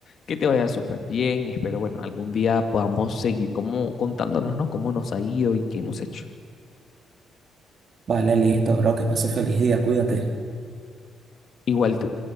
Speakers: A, on the left (about 60°); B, on the right (about 55°).
A: que te vaya súper bien y espero, bueno, algún día podamos seguir como contándonos, ¿no? Cómo nos ha ido y qué hemos hecho.
B: Vale, listo, bro, que pase feliz día, cuídate.
A: Igual tú.